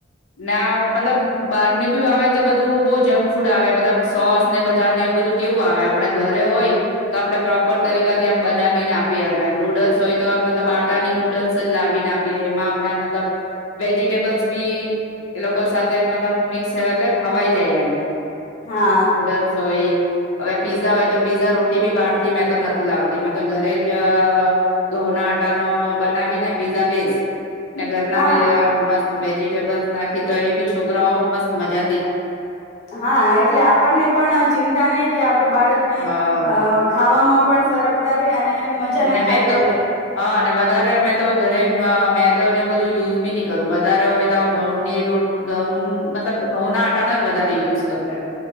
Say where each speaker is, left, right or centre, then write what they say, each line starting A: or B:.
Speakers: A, on the left; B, on the left.
A: ના મતલબ બાર ની બી આવે તો બધું બહુ જંક ફૂડ આવે મલબ સોસ ને બધાને એવું બધું કેવું આવે આપડે ઘરે હોય તો આપડે પ્રોપર તરીકાથી આમ બનાવીને આપીએ અમે નૂડલ્સ હોય તો મતલબ આટાની નૂડલ્સ અજ લાવીને આપીએ એમાં આપડે મતલબ વેજીિટેબલ્સ બી એ લોકો સાથે મતલબ મિક્સ એટલે ખવાઈ જાય એમ.
B: હા
A: નૂડલ્સ હોય હવે પીઝા હોય તો પીઝા રોટી બી બહારથી મેં તો નથી લાવતી મેં તો ઘરે જ અહ ઘઉંના આટાનો બનાવી ને પીઝા બેસ ને ઘરના
B: હા
A: વે આમ મસ્ત વેજિટેબલ્સ નાકી તો એ બી છોકરાઓ મસ્ત મજા
B: હા એટલે આપણને પણ ચિંતા નહિ કે આપડું બાળકને અ
A: હા
B: ખાવામાં પણ સરળતા રે અને મજાના
A: મેં
B: ખાઈ
A: તો
B: પણ લે
A: હ અને બ ત્યારે મેં તો ઘરે મ મેદો અને એવું બધું યુઝ બી ન કરું વધારે હોય તો આવ ઘઉંની રોટ ઘઉં મતલબ ઘઉંના આટાના જ વધારે યુઝ કરવું એમ.